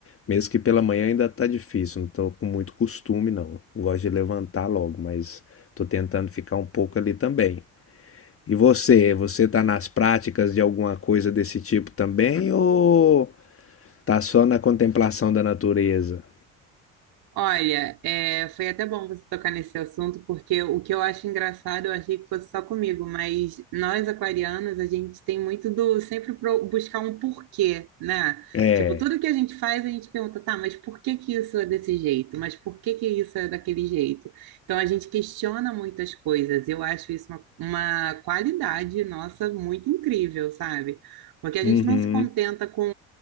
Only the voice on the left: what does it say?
mesmo que pela manhã ainda tá difícil, não estou com muito costume não. Eu Gosto de levantar logo, mas estou tentando ficar um pouco ali também. E você, você tá nas práticas de alguma coisa desse tipo também ou Tá só na contemplação da natureza.
É.
Uhum.